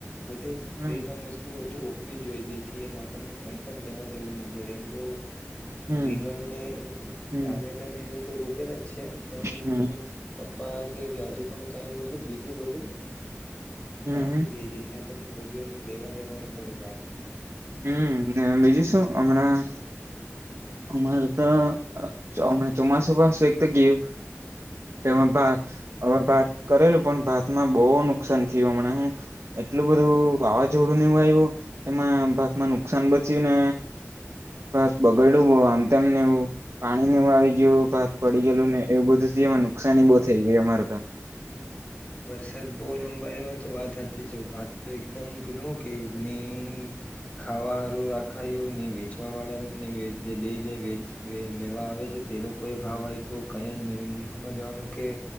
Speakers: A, on the left; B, on the right.
A: બધે,
B: હમ
A: બે, ત્રણ, વસ્તુ હજુ રો જોઈએ જેથી એમ આપણને કઈ પણ લેવા જવું નહી પડે એમ તો
B: હમ
A: રીંગણને
B: હમ
A: ટામેટા ને એ તો રોપેલા જ છે પણ
B: હમ
A: પા કે હજુ પણ કઈ મતલબ બીજું બધું
B: હમ
A: નાખી દેએ જેથી આપણને બધું એમની લેવા જવાની ન પડે બહાર.
B: હ બીજું શું હમણાં અમારે તો હમણા ચોમાસું પાસું એક તો ગયું તેમાંાત હવે ભાત કરેલું પણ ભાતમાં બહુ નુકસાન થયું હમણાં હું એટલું બધું વાવાઝોડું ને આવ્યું એમાંત ભાતમાં નુકસાન બચય્યું ને ભાત બગાડ્યું બહ આમતેમ ને એવું પાણીને એવું આવી ગયું ભાત પડી ગયેલું ને એવું બધું એમાં નુકસાની બહુ થઈ ગઈ અમારે તો
A: વરસાદ બહ લંબાયો તો વાત સાચી છે ભાત તો એકદમ પેલું કે ની ખાવાારું રાખાયું ને વેચવા વાળા ને જે લઈ જાય લેવા આવે છે પેલો કોઈ ભાવ આપ્યો કઈ એ સમજવાનું કે